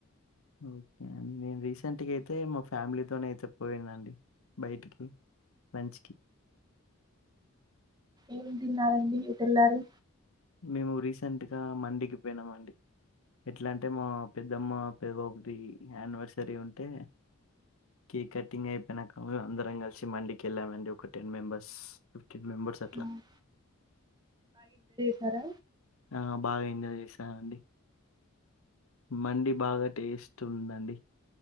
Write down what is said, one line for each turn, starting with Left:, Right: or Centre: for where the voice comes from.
Left: ఓకే అండి నేను రీసెంట్ గ అయితే మా ఫ్యామిలీతోనే అయితే పోయినండి బయటికి లంచ్ కి
Right: ఏం తిన్నారండి ఎట్లేలారు
Left: మేము రీసెంట్ గా మందికి పోయినం అండి ఎట్ల అంటే మా పెద్దమ్మ పెదబాపుది యానివర్సరీ ఉంటే కేక్ కటింగ్ అయిపోయినాక అందరం కలిసి మండికి వెళ్ళామండి ఒక టెన్ మెంబర్స్ టెన్ మెంబర్స్ అట్ల
Right: ఉమ్, కదా
Left: ఆ బాగ ఎంజాయ్ చేసానండి మండీ బాగా టేస్ట్ ఉందండి